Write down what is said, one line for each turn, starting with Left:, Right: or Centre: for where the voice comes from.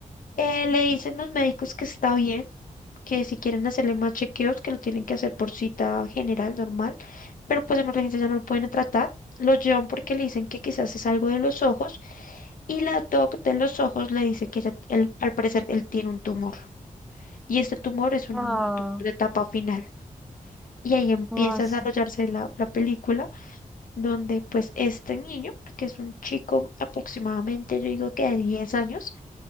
Left: eh, le dicen los médicos que está bien, que si quieren hacerle más chequeos, que lo tienen que hacer por cita general, normal, pero pues en urgencia ya no lo pueden tratar. Lo llevan porque le dicen que quizás es algo de los ojos y la doc de los ojos le dice que ella- él- al parecer él tiene un tumor y este tumor es un
Centre: Ah,
Left: tumor de etapa final. Y ahí empieza
Centre: ah, su-
Left: a desarrollarse la, la película donde pues este niño, que es un chico aproximadamente, yo digo que de 10 años,